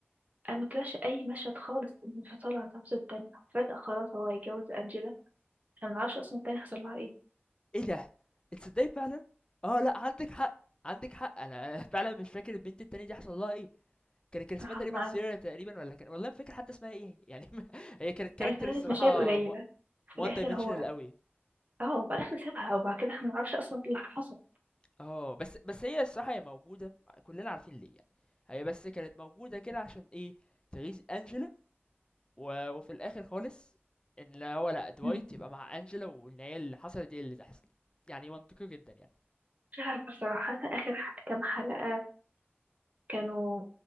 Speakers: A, on the right (about 40°); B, on the left (about 20°).
A: انا ما طلعش اي مشهد خالص من انفصال عن صاحبته التانية فجأة خلاص هو هيتجوز أنجيلا احنا ما نعرفش اصلا التانية حصل لها ايه
B: إيه ده! تصدّقي فعلًا؟ آه لأ، عندِك حق، عندِك حق، أنا <laughs> فعلًا مش فاكر البنت التانية دي حصل لها إيه. كان كان اسمها
A: مع
B: تقريبا
A: مع-
B: سيرا تقريبا ولا كان والله ما فاكر حتى اسمها ايه يعني <laughs> هي كانت كاركتر
A: أي ثلاث
B: الصراحه
A: مشاهد قليلة في
B: وان
A: الاخر
B: دايمنشنال
A: هو
B: قوي
A: اه وبعد الاخر سابها وبعد كده احنا ما نعرفش اصلا ايه اللي حصل
B: اه بس بس هي الصراحه هي موجوده كلنا عارفين ليه يعني هي بس كانت موجوده كده عشان ايه تغيظ انجلا و... وفي الاخر خالص ان لا هو لا دوايت
A: م.
B: يبقى مع انجلا وان هي اللي حصلت دي اللي تحصل يعني منطقي جدا يعني
A: مش عارفة بصراحة حاسة اخر ح- كام حلقة كانوا